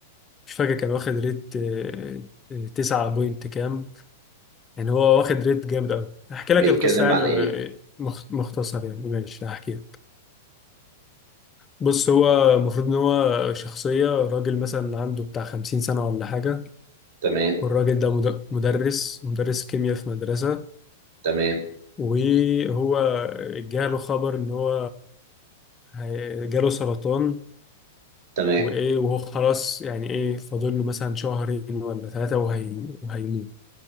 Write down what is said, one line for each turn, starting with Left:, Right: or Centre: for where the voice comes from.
Left: مش فاكر كان واخد ريت آه، آه، تسعة بوينت كام يعني هو واخد ريت جامد قوي هحكي
Right: بيتكلم
Left: لك القصه يعني
Right: عن ايه
Left: آه، مخ- مختصر يعني ماشي هحكي لك بص هو المفروض ان هو شخصيه راجل مثلا عنده بتاع خمسين سنه ولا حاجه
Right: تمام
Left: والراجل ده مد- مدرس مدرس كيمياء في مدرسه
Right: تمام
Left: وهو جاله خبر ان هو هي- جاله سرطان
Right: تمام
Left: وايه وهو خلاص يعني ايه فاضل له مثلا شهرين ولا ثلاثة وهي وهيموت